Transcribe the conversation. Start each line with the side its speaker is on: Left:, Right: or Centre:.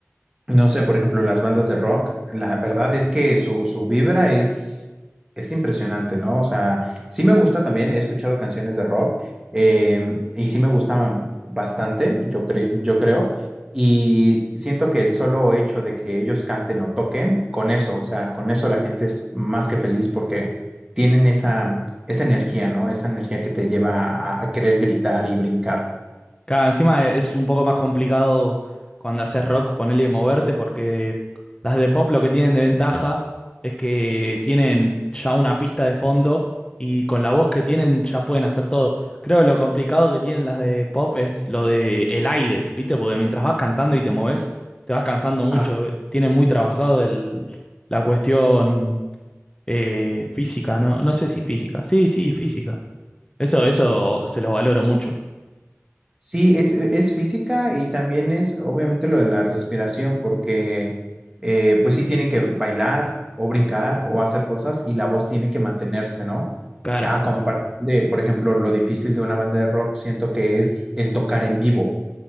Right: no sé, por ejemplo, las bandas de rock, la verdad es que su, su vibra es, es impresionante, ¿no? O sea, sí me gusta también, he escuchado canciones de rock eh, y sí me gustaban bastante, yo, cre- yo creo, y siento que el solo hecho de que ellos canten o toquen, con eso, o sea, con eso la gente es más que feliz porque tienen esa, esa energía, ¿no? Esa energía que te lleva a, a querer gritar y brincar.
Left: Claro, encima es un poco más complicado cuando haces rock ponerle y moverte porque las de pop lo que tienen de ventaja es que tienen ya una pista de fondo y con la voz que tienen ya pueden hacer todo. Creo que lo complicado que tienen las de pop es lo de el aire, ¿viste? Porque mientras vas cantando y te moves, te vas cansando mucho.
Right: Ah,
Left: Tienen muy trabajado el- la cuestión eh, física, ¿no? No sé si física. Sí, sí, física. Eso, eso se lo valoro mucho.
Right: Sí, es, e-, es física y también es obviamente lo de la respiración, porque eh, pues sí tienen que bailar o brincar o hacer cosas y la voz tiene que mantenerse, ¿no?
Left: Claro,
Right: A comparación de, por ejemplo, lo difícil de una banda de rock, siento que es el tocar en vivo,